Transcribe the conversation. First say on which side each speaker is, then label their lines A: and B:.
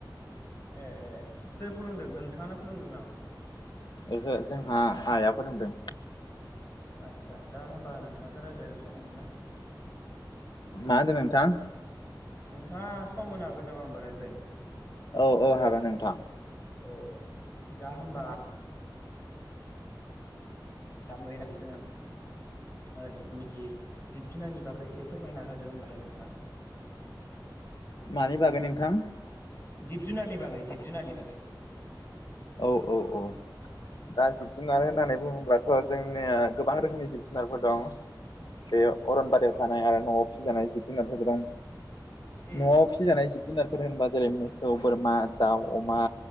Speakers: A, on the left; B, on the left.
A: ए ए सोर फुदुंदों नोंथाङानो फुदुंदों नामा
B: ओहो जोंहा आइआ फुदुंदों
A: आदसा दा होमबा नोंथांजों रायज्लायनो सम मोनगोन ना
B: मा होनदों नोंथां
A: नोंथाङा सम होनो हागोन नामा होमबा रायज्लायनो
B: औ औ हागोन नोंथां
A: औ दा होमबा <unintelligible> <unintelligible> जिब जुनारनि बागै एसे फोरमायना होदो होमबालाय नोंथाङा <unintelligible>
B: मानि बागै नोंथां
A: जिब जुनारनि बागै जिब जुनारनि बागै
B: औ औ औ दा जिब जुनार होननानै बुङोब्लाथ' जोंनिया गोबां रोखोमनि जिब जुनारफोर दं बेयो अरनबारियाव
A: औ
B: थानाय आरो न'आव फिसिजानाय जिब जुनारफोर दं
A: उम
B: न'आव
A: उम
B: फिजानाय जिब जुनारफोर होनबा जेरै मोसौ बोरमा दाउ अमा